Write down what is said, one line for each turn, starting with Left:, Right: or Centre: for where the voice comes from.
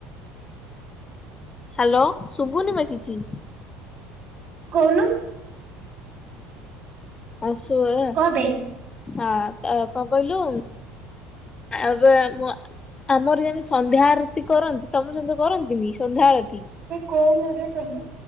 Left: ହ୍ୟାଲୋ। ଶୁଭୁନି ବା କିିଛି।
Right: କହୁନୁ।
Left: ଆଉ ଶେଇଆ।
Right: କଣ ପାଇଁ
Left: ହଁ ତା ପେ କଣ କହିଲୁ? ଆବେ ଆମ ଆମର ଯେମିତି ସନ୍ଧ୍ୟା ଆରତି କରନ୍ତି, ତମର ସେମିତି କରନ୍ତି ନି ସନ୍ଧ୍ୟା ଆଳତି।
Right: କଉନୁ ରେ ସବୁ